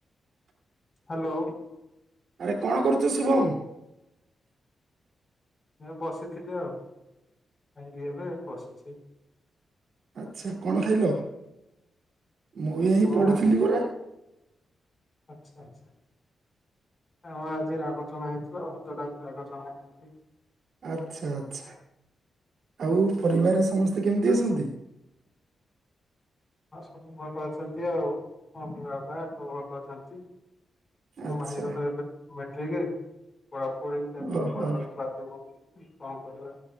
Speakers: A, on the left; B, on the right.
A: ହାଲୋ।
B: ଆରେ କଣ କରୁଚ ଶୁଭମ?
A: ଏ ବସିଥିଲି ଆଉ ଖାଇକି ଏବେ ବସିଚି।
B: ଆଚ୍ଛା କଣ ଖାଇଲ? ମୁଁ ବି ଏଁଇ
A: କଣ
B: ପଢ଼ୁଥିଲି
A: ଆଜି
B: ଗୁରେ।
A: ଆଚ୍ଛା ଆଚ୍ଛା ଆମର ଆଜି ରାଗଚଣା ହେଇଥିଲା ଭାତ ଡାଲି ରାଗଚଣା ଖାଇଲି।
B: ଆଚ୍ଛା ଆଚ୍ଛା। ଆଉ ପରିବାରରେ ସମସ୍ତେ କେମତି ଅଛନ୍ତି?
A: ଆଉ ସବୁ ଭଲ ଅଛନ୍ତି ଆଉ ମମି ବାବା ସବୁ ଭଲ ଅଛନ୍ତି। ତମ
B: ଆଚ୍ଛା
A: ଭାଇର ତ ମେଟ୍ରିିକି। ପଢ଼ାପଢ଼ି ତାକୁ
B: ଓହୋ ହଁ
A: କରିବାକୁ ବାଧ୍ୟ କରୁଚି। କଣ କରିବା